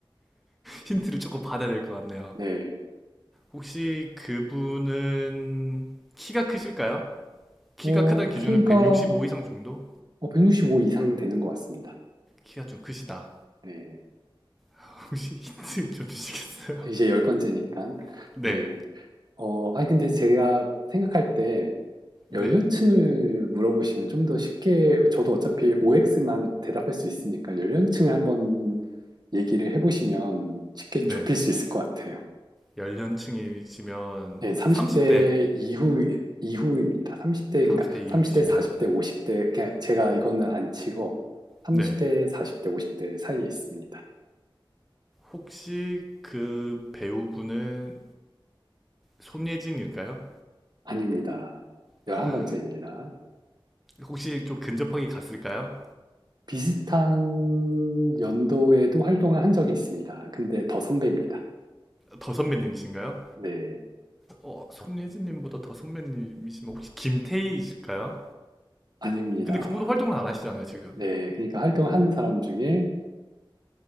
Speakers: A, in the centre; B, on the right (about 50°).
A: 힌트를 조금 받아야 될 것 같네요.
B: 네.
A: 혹시 그분은 키가 크실까요? 키가
B: 오,
A: 크다는 기준은
B: 키가
A: 165 이상 정도?
B: 165 이상 되는 것 같습니다.
A: 키가 좀 크시다.
B: 네.
A: <laughs> 혹시 힌트 좀 주시겠어요?
B: 이제 열 번째니까.
A: <laughs>
B: 네.
A: 네,
B: 어, 아니, 근데 제가 생각할 때 연령층을
A: 네,
B: 물어보시면 좀 더 쉽게, 저도 어차피 OX만 대답할 수 있으니까 연령층을 한번 얘기를 해보시면 쉽게
A: 네.
B: 좁힐 수 있을 것 같아요.
A: 연령층이시면
B: 네, 30대
A: 30대,
B: 이후, 이후입니다. 30대, 그러니까
A: 30대 이후시면
B: 30대, 40대, 50대, 그냥 제가 이거는 안 치고 30대,
A: 네.
B: 40대, 50대 사이에 있습니다.
A: 혹시 그 배우분은 손예진일까요?
B: 아닙니다. 11번째입니다.
A: 하, 혹시 좀 근접하게 갔을까요?
B: 비슷한 연도에도 활동을 한 적이 있습니다. 근데 더 선배입니다.
A: 더 선배님이신가요?
B: 네,
A: 어, 손예진님보다 더 선배님이시면 혹시 김태희이실까요?
B: 아닙니다.
A: 근데 그분은 활동을 안 하시잖아요, 지금.
B: 네, 그러니까 활동을 하는 사람 중에